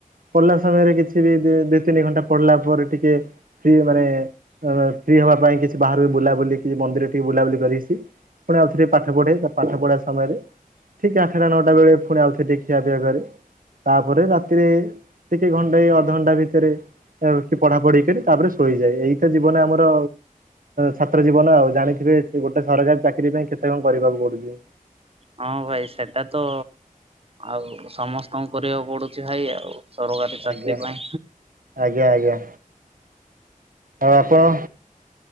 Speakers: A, on the right; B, on the right.
A: ପଢିଲା ସମୟରେ କିଛି ବି ଦି ତିନି ଘଣ୍ଟା ପଢିଲା ପରେ ଟିକେ ଫି ମାନେ ହବା ପାଇଁ କିଛି ବାହାରୁ ବୁଲାବୁଲି କିଛି ମନ୍ଦିରରେ ଟିକେ ବୁଲାବୁଲି କରିକି ପୁଣି ଆଉଥରେ - ପାଠ ପଢେ ତା ପାଠ ପଢିବା ସମୟରେ ଠିକ ଆଠଟା ନଅଟା ବେଳେ ପୁଣି ଆଉଥରେ ଖିଆ ପିଆ କରେ ତାପରେ ରାତିରେ ଟିକେ ଘଣ୍ଟା ଅଧଘଣ୍ଟା ଭିତରେ କି ପଢା ପଢି କରି ତାପରେ ଶୋଇଯାଏ ଏଇଟା ଜୀବନ ଆମର। ଛାତ୍ର ଜୀବନ ଆଉ ଜାଣିଥିବେ ଗୋଟେ ସରକାରୀ ଚାକିରି ପାଇଁ କେତେ କଣ କରିବାକୁ ପଡୁଛି।
B: ହଁ ଭାଇ ସେଟା ତ ଆଉ ସମସ୍ତଙ୍କୁ କରିବାକୁ ପଡୁଛି ଭାଇ ଆଉ। ସରକାରୀ ଚାକିରି
A: ଆଜ୍ଞା
B: ପାଇଁ
A: -ଆଜ୍ଞା -ଆଜ୍ଞା। ଆଉ ଆପଣ